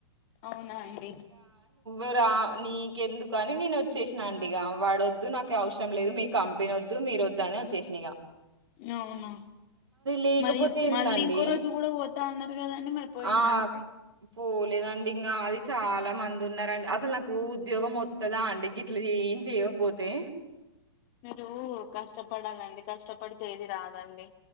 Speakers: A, on the left; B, on the right.
A: అవునా అండి
B: అరా నీకెందుకుకని నేను వచ్చి చేసినా అండి ఇ వాడ వొద్దు నాకు అవసం లేదు మీ కం వినొద్దు మీరు వద్దు అని వచ్చేసినగా
A: అవును
B: లేకపోతే
A: మరి
B: ఏందండి?
A: మళ్ళీ ఇంకో రోజు కూడా పోతా ఉన్నారు కదాండి మరి పోయిన
B: ఆ!
A: రండి
B: పోలేదండి ఇంకా అది చాలా మంది ఉన్నారండి అసలు నాకు ఉద్యోగం మొత్తదా అంటడి గిట్ల ఏం చేయకపోతే
A: మీరు కష్టపడాలండి కష్టపడి తేదీ రాదండి